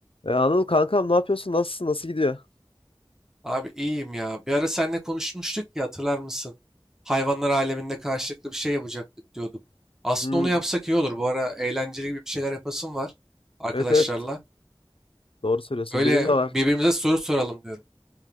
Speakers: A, on the left; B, in the centre.
A: E, Anıl kankam ne yapıyorsun? Nasılsın? Nasıl gidiyor?
B: Abi iyiyim ya. Bir ara seninle konuşmuştuk ya hatırlar mısın? Hayvanlar aleminde karşılıklı bir şey yapacaktık diyorduk. Aslında
A: Hmm,
B: onu yapsak iyi olur. Bu ara eğlenceli gibi bir şeyler yapasım var arkadaşlarla.
A: evet evet doğru söylüyorsun.
B: Öyle
A: Benim de var.
B: birbirimize soru soralım diyorum.